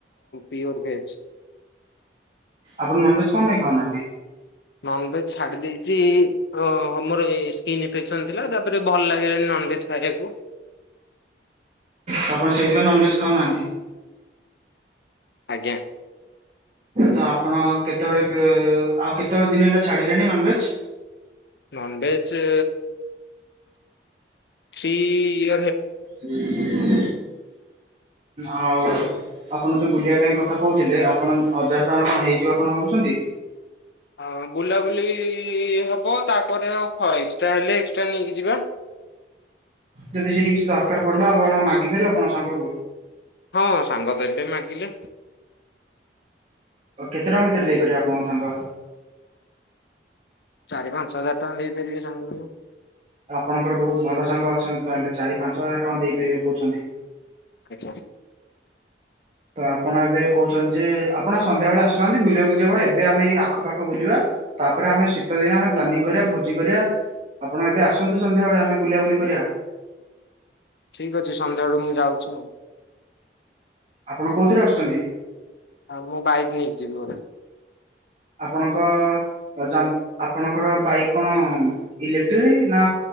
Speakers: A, on the left; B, on the right.
A: ପିଓର ଭେଜ
B: ଆପଣ ନନ୍ ଭେଜ୍ କଣ ପାଇଁ ଖାଉନାହାନ୍ତି?
A: ନନ ଭେଜ ଛାଡି ଦେଇେଇଛି ର ମୋର ସ୍କିନ୍ ଇନଫେକ୍ସନ ଥିଲା ତାପରେ ଭଲ ଲାଗିଲାନି ନନଭେଜ୍ ଖାଇବାକୁ
B: ତ ଆପଣ ସେଇଥିପାଇଁ ନନଭେଜ ଖାଉନାହାନ୍ତି?
A: ଆଜ୍ଞା
B: ତ ଆପଣ କେତେବେଳେ ଆଉ କେତେବେଳେ ଦିନ ହେଲା ଛାଡିଲେଣି ନନଭେଜ
A: ନନଭେଜ ଚି ଇ
B: ହ ହୁଁ <unintelligible> ଆଉ ଆପଣ ଯୋଉ ବୁଲିବା ପାଇଁ କଥା କହୁଥିଲେ ଆପଣ ହଜାରେ ଟଙ୍କା ରେ ହୋଇଯିବ ଆପଣ ଭାବୁଛନ୍ତି।
A: ହଁ ବୁଲାବୁଲି ହବ ତାପରେଉ ଏକ୍ସଟ୍ରା ହେଲେ ଏକ୍ସଟ୍ରା ନେଇକି ଯିବା।
B: ଯଦି ସେଠି କିଛି ଦରକାର ପଡ଼ିଲା ଆପଣ ମାଗିପାରିବେ ଆପଣଙ୍କ ସାଙ୍ଗକୁ
A: ହଁ ସାଙ୍ଗ ଦେବେ ମାଗିଲେ।
B: କେତେ ଟଙ୍କା ଭିତର ଦେଇପାରିବେ ଆପଣଙ୍କ ସାଙ୍ଗ।
A: ଚାରି ପାଞ୍ଚ ହଜାର ଟଙ୍କା ଦେଇପାରିବେ ସାଙ୍ଗ ମାନେ।
B: ଆପଣଙ୍କର ବହୁତ ଭଲ ସାଙ୍ଗ ଅଛନ୍ତି ତାହେଲେ ଚାରି ପାଞ୍ଚ ହଜାର ଟଙ୍କା ଦେଇପାରିବେ କହୁଛନ୍ତି।
A: ଆଚ୍ଛା।
B: ତ ଆପଣ ଏବେ କହୁଚନ୍ତି ଯେ ଆପଣ ସନ୍ଧ୍ୟାବେଳେ ଆସୁନାହାନ୍ତି ବୁଲିବାକୁ ଯିବା। ଏବେ ଆମେ ଏଇ ଆଖପାଖ ବୁଲିବା। ତାପରେ ଆମେ ଶୀତ ଦିନ ଆମେ ପ୍ଲାନିଂ କରିବା, ଭୋଜି କରିବା। ଆପଣ ଏବେ ଆସନ୍ତୁ ସନ୍ଧ୍ୟାବେଳେ ଆମେ ବୁଲାବୁଲି କରିବା।
A: ଠିକ୍ ଅଛି। ସନ୍ଧ୍ୟାବେଳେ ମୁଁ ଯାଉଛି ଆଉ।
B: ଆପଣ କୋଉଥିରେ ଆସୁଚନ୍ତି?
A: ଆଉ ମୁଁ ବାଇକ୍ ନେଇକି ଯିବି ବୋଧେ।
B: ଆପଣଙ୍କ ଯନ୍ ଆପଣଙ୍କର ବାଇକ୍ କଣ ଇଲେକ୍ଟ୍ରି ନା?